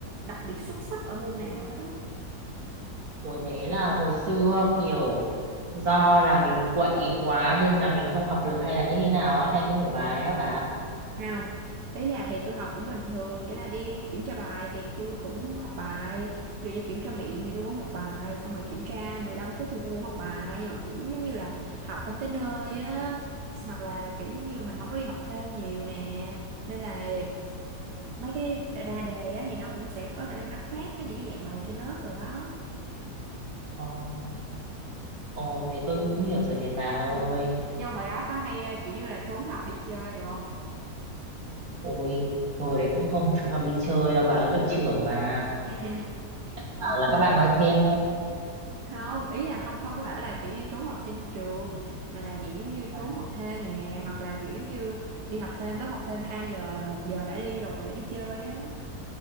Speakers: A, on the right (about 90°); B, on the right (about 65°).
A: đặc biệt xuất sắc ở môn nào hết đó
B: Ủa thế là hồi xưa kiểu do là mình quậy quá nên là mình không học được hay là như thế nào á hay không hiểu bài á bà?
A: không đấy là thì tôi học cũng bình thường nghĩa là đi kiểm tra bài thì tôi cũng học bài dù như kiểm tra miệng thì tôi cũng học bài xong rồi kiểm tra 15 phút thì tôi cũng học bài nhưng mà kiểu giống như là học không tới nơi á hoặc là kiểu giống như là mình không có đi học thêm nhiều nè nên là mấy cái ra đề á thì nó cũng sẽ có thể là nó khác với những cái dạng bài trên lớp rồi đó
B: Ồ, ồ thế tôi cũng hiểu rồi này bà ơi.
A: ừ. nhưng mà hồi đó có hay ờ, kiểu như là trốn học đi chơi được không
B: Ôi, thôi đấy cũng không trốn học đi chơi đâu bà ơi, lớp trưởng mà.
A: <laughs>
B: Bảo
A: Ờ.
B: là các bạn nói theo.
A: không ý là không không có bảo là kiểu như trốn học trên trường mà là dạng giống như
B: À,
A: trốn học thêm nè hoặc là kiểu giống như đi học thêm lớp học thêm 2 giờ là một giờ đã đi rồi đã đi chơi á